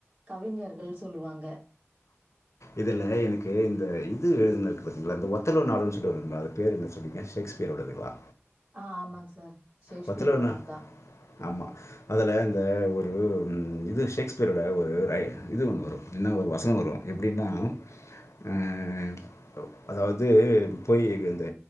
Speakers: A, on the right; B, on the left.
A: கவிஞர்கள் சொல்லுவாங்க
B: இதில எனக்கு இந்த இது எழுதுநது இருக்கக்குங்க பாத்திங்களா இந்த ஒத்தலோ நாடுன்னு சொல்லிட்டு வருதுங்களா அது பேர் என்ன சொன்னிங்க ஷேக்ஸ்பியரோடதுங்களா
A: ஆ ஆமாங் சார் ஷேக்ஸ்பியரோடத்தா
B: பத்துல ஒண்ணா? ஆமா அதுல இந்த ஒரு இது ஷேக்ஸ்பியரோட ஒரு இது ஒண்ணு வரும் இனா ஒரு வசனம் வரும் எப்படின்னா ம் அதாவது போய் இந்த